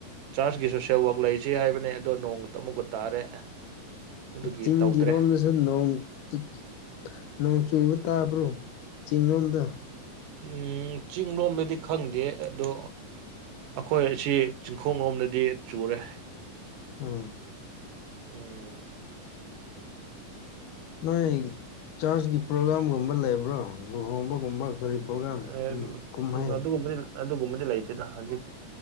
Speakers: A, on the right; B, on the left.
A: ꯆꯥꯔꯆꯀꯤ ꯁꯣꯁꯦꯜ ꯋꯥꯛ ꯂꯩꯁꯦ ꯍꯥꯏꯕꯅꯦ ꯑꯗꯣ ꯅꯣꯡ ꯑꯃꯨꯛꯀ ꯇꯥꯔꯦ ꯑꯗꯨꯒꯤ
B: ꯀꯥꯀꯆꯤꯡꯒꯤꯔꯣꯝ
A: ꯇꯧꯗ꯭ꯔꯦ
B: <unintelligible> ꯅꯣꯡ ꯆꯨꯠ ꯅꫭꯡ ꯆꯨꯕ ꯇꯥꯕ꯭ꯔꫭ ꯆꯤꯡꯂꯣꯝꯗ
A: ꯎꯝ ꯆꯤꯡ ꯂꯣꯝꯗꯗꯤ ꯈꯪꯗꯦ ꯑꯗꯣ ꯑꯩꯈꯣꯏ ꯑꯁꯤ ꯆꯤꯡꯈꯣꯡ ꯂꯣꯝꯗꯗꯤ ꯆꯨꯔꯦ
B: ꯍꯥ
A: ꯎꯝ
B: ꯅꯣꯏ ꯆꯥꯔꯀꯤ ꯄ꯭ꯔꯣꯒꯥ꯭ꯔꯝꯒꯨꯝꯕ ꯂꯩꯕ꯭ꯔꯣ ꯂꯨꯍꯣꯡꯕꯒꯨꯝꯕ ꯀꯔꯤ ꯄ꯭ꯔꯣꯒ꯭ꯔꯝ
A: ꯎꯝ
B: ꯀꯨꯝ ꯀꯨꯝꯍꯩ
A: ꯑꯗꯨꯒꯨꯝꯕꯗꯤ ꯑꯗꯨꯒꯨꯝꯕꯗꯤ ꯂꯩꯇꯦꯗ ꯍꯧꯖꯤꯛ